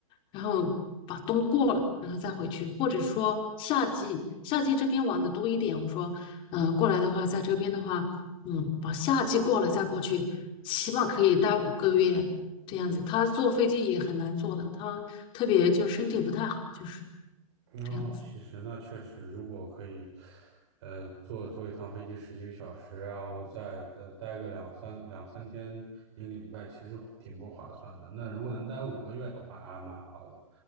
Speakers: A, on the left; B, on the right.
A: 然后把冬过了，然后再回去，或者说夏季，夏季这边玩的多一点，我说，嗯、过来的话，在这边的话。嗯，把夏季过了再过去，起码可以待五个月这样子。他坐飞机也很难坐的，他特别就身体不太好，就是
B: 哦，
A: 这样子。
B: 其实那确实，如果可以，呃，坐坐一趟飞机十几个小时，然后再呃待个两三两三天，一个礼拜，其实挺不划算的。那如果能待五个月的话，那还蛮好的，